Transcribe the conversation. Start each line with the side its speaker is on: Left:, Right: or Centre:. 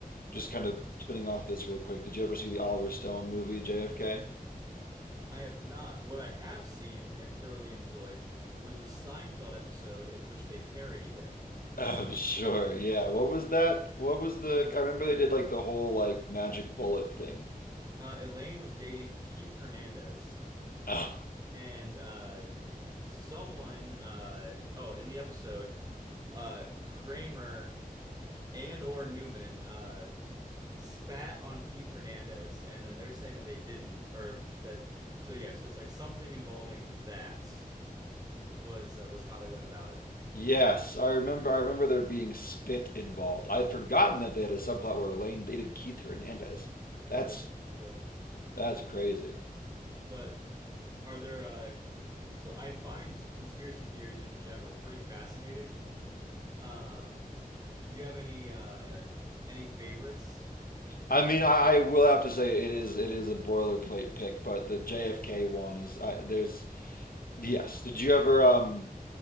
Left: just kind of spinning off this real quick, did you ever see the Oliver Stone movie JFK?
Right: I have not. What I have seen and thoroughly enjoyed was the Seinfeld episode in which they parodied it.
Left: Oh, <laughs> sure. Yeah. What was that? What was the?
Right: Uh,
Left: I remember they did like the whole like magic bullet thing.
Right: uh, Elaine was dating Keith Hernandez,
Left: Oh,
Right: and uh, someone, uh, oh, in the episode, uh, Kramer and or Newman uh, like spat on Keith Hernandez, and then they're saying that they didn't, or that. So yeah, so it's like something involving that was uh, was how they went about it.
Left: Yes, I remember. I remember there being spit involved. I had forgotten that they had a subplot where Elaine dated Keith Hernandez. That's
Right: Just one episode.
Left: that's crazy.
Right: But are there? Uh, so I find conspiracy theories in general pretty fascinating. Um, do you have any uh, any favorites?
Left: I mean, I, I will have to say it is it is a boilerplate pick, but the JFK one is I, there's yes. Did you ever um